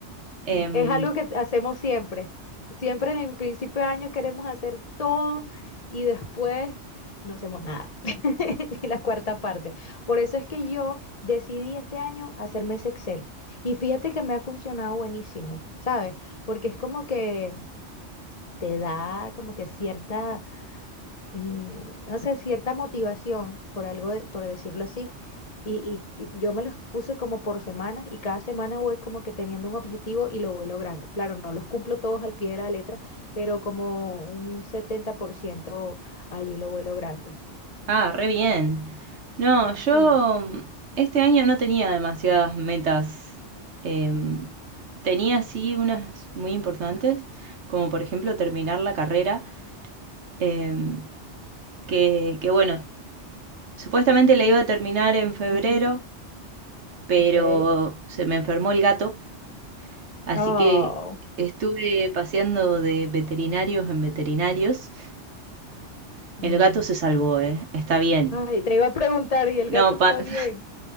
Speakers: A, on the right (about 70°); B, on the left (about 35°).
A: Em,
B: Es algo que hacemos siempre. Siempre en el principio de año queremos hacer todo y después no hacemos nada, <laughs> ni la cuarta parte. Por eso es que yo decidí este año hacerme ese Excel. Y fíjate que me ha funcionado buenísimo, ¿sabes? Porque es como que te da como que cierta eh, no sé, cierta motivación, por algo, de- por decirlo así. Y, y- y yo me los puse como por semanas y cada semana voy como que teniendo un objetivo y lo voy logrando. Claro, no los cumplo todos al pie de la letra, pero como un setenta por ciento allí lo voy logrando.
A: Ah, re bien. No, yo
B: Sí.
A: mm, este año no tenía demasiadas metas. Em, tenía sí unas muy importantes, como por ejemplo terminar la carrera, em, que, que bueno, supuestamente la iba a terminar en febrero,
B: Ujú,
A: pero
B: Ok.
A: se me enfermó el gato, así
B: Oh.
A: que estuve paseando de veterinarios en veterinarios.
B: mm.
A: El gato se salvó, eh, Está bien.
B: Ay, te iba a preguntar, ¿y el
A: No,
B: gato
A: pa-
B: está
A: <laughs>
B: bien?